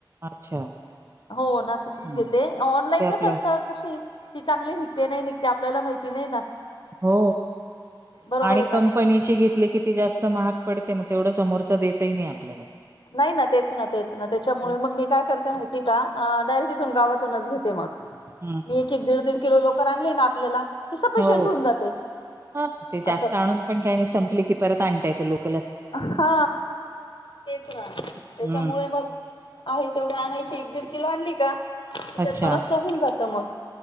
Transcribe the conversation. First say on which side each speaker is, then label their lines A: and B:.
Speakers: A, on the right; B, on the left.
A: अच्छा,
B: हो नाशिकच
A: चांगलं.
B: घेते ऑनलाईन
A: ते
B: कसं
A: आपलं
B: असतं. कशी ती चांगली निघते नाही निघते आपल्याला माहिती नाही ना.
A: हो
B: बरोबर
A: आणि
B: आहे का
A: कंपनीची
B: नाही
A: घेतली किती. ती जास्त महाग पडते मग तेवढं समोरच देतही नाही आपल्याला.
B: नाही ना. तेच ना तेच ना त्याच्यामुळे
A: हं,
B: मग मी काय करते माहिती का डायरेक्ट इथून गावातूनच घेते मग.
A: <unintelligible>
B: मी एक एक दीड दीड किलोकर आणले ना आपल्याला. की सफिशियंट
A: हो
B: होऊन जाते
A: हा ते जास्त
B: असं
A: आणून पण काही नाही संपले की परत आणता येतो लोक.
B: हा तेच रा त्याच्यामुळे
A: हं,
B: मग. आहे तेवढ्या आणायची एक दीड किलो आणली का त्याच्यात
A: अच्छा.
B: बरा सहून जातं मग.